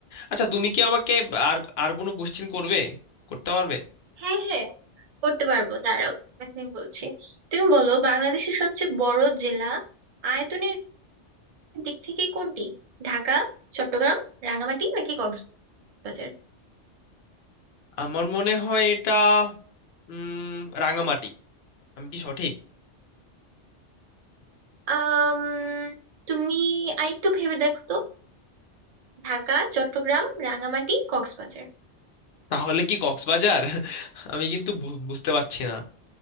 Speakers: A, on the left; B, on the right.
A: আচ্ছা তুমি কি আমাকে আর আর কোনো কোশ্চেন করবে করতে পারবে
B: হ্যাঁ হ্যাঁ করতে পারবো দাঁড়াও এখনই বলছি তুমি বলো বাংলাদেশের সবচেয়ে বড় জেলা আয়তনের দিক থেকে কোনটি ঢাকা চট্টগ্রাম রাঙামাটি নাকি কক্সবাজার
A: আমার মনে হয় এটা উম, রাঙামাটি আমি কি সঠিক
B: আম তুমি আরেকটু ভেবে দেখো তো ঢাকা চট্টগ্রাম রাঙামাটি কক্সবাজার
A: তাহলে কি কক্সবাজার আমি কিন্তু বু- বুঝতে পারছি না